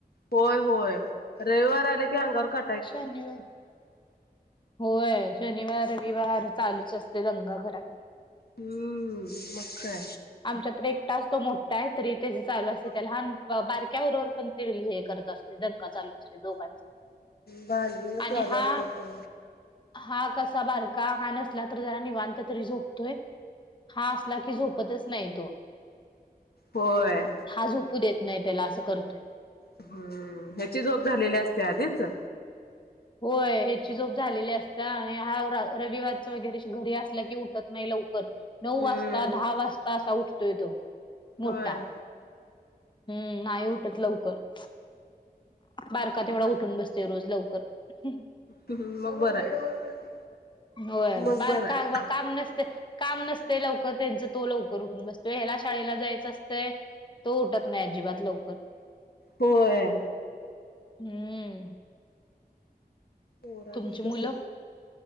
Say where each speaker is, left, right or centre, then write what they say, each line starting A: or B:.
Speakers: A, on the left (about 75°); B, on the left (about 30°).
A: होय होय रविवार आले की अंगावर का
B: शनिवार होय शनिवार- रविवार चालूच असते दगा घरात.
A: हम्म, मग का?
B: आमच्यात एक तास तो मोठा आहे. तरी त्याच चालू असते. त्या लहान बारक्या उरोवर पण ते हे करत असतो. दका चालूत रे दोघांचा.
A: बाज <unintelligible>
B: आणि
A: चालू
B: हा
A: असत तो
B: हा कसा बारका हा नसला तर जरा निवांत तरी झोपतोय, हा असला की झोप पतचं नाहीं येतो
A: होयं
B: हां झोपू देतं नाहीं त्यांला असं करतं
A: हम्मं ह्यांची झोप झालेली असते आधीचं
B: होयं ह्यांची झोप झालेली असते आणि हां रविवारचं वगैरें घरी असलां की उठतं नाहीं लवकरं नऊ
A: हम्म
B: वाजतां दहा वाजतां असां उठतोय तो मोठा
A: होय
B: हम्मं नाहीं उठतं लवकरं बारकां
A: मग
B: तेएवढां उठूंन बसते रोजचं लवकरं
A: हम्मं बरं आहे
B: होयं
A: मग
B: बारं
A: बरं आहे
B: कां बं कामं नसते कामं नसते लवकरं त्यांच तो लवकरं उठूंन बसतो यांयायला शाळेलां जायचं असतं तो उठतं नाहीं अजिबांत लवकरं
A: होयं
B: हम्मं
A: होरांचं
B: तुमची मुलं
A: कसं